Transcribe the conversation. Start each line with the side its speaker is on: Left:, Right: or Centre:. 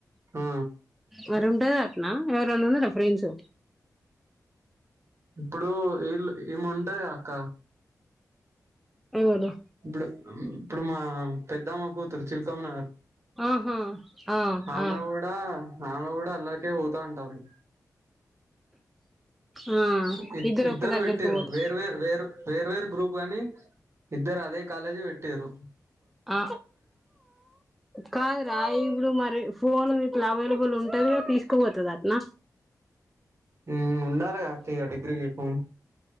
Right: ఆ
Centre: మరి ఉంటది అట్నా ఎవరన్నా ఉన్నారా ఫ్రెండ్స్
Right: ఇప్పుడు ఈళ్ళు ఈముంటది గద అక్క
Centre: ఏవలు
Right: ఇప్పుడు ఇప్పుడు మా పెద్దమ్మ కూతురు చిలుకమ్మనగర్
Centre: ఆహా ఆ
Right: ఆమె
Centre: ఆ
Right: కూడా ఆమె కూడా అళ్లకే పోతా అంటాంది
Centre: ఆ
Right: ఇ ఇద్దరు
Centre: ఒక్క దగ్గరికి
Right: పెట్టిర్రు
Centre: పోత
Right: వేర్వేరు వేర్ వేర్వేరు గ్రూప్ కాని ఇద్దరు అదే కాలేజ్ పెట్టిర్రు
Centre: ఆ కాదురా ఇప్పుడు మరి ఫోన్ ఇట్లా అవైలబుల్ ఉంటది తీసుకోపోతది అట్నా
Right: ఉ ఉండాలగా అక్క ఇగ డిగ్రీకి ఫోన్